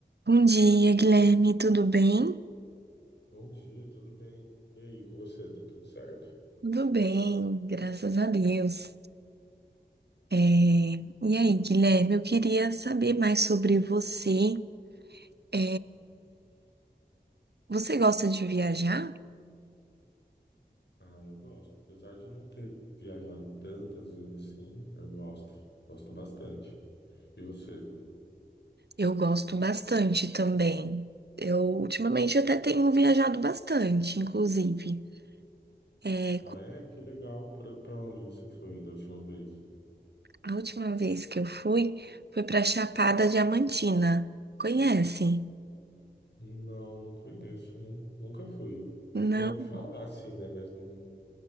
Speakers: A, on the right (about 70°); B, on the left (about 80°).
A: Bom dia, Guilherme, tudo bem?
B: Bom dia, tudo bem? E aí, com você, tá tudo certo?
A: Tudo bem, graças a Deus. É, E aí, Guilherme, eu queria saber mais sobre você. É, Você gosta de viajar?
B: Ah, eu gosto. Apesar de não ter viajado tantas vezes assim, eu gosto. Gosto bastante. E você?
A: Eu gosto bastante também. Eu ultimamente até tenho viajado bastante, inclusive. É, qual
B: Ah, é? Que legal. Pra, pra onde você foi da última vez?
A: A última vez que eu fui foi para Chapada Diamantina. Conhece?
B: Não, não conheço. Não, nunca fui.
A: Não.
B: Já ouvi falar, assim, né? Mas não,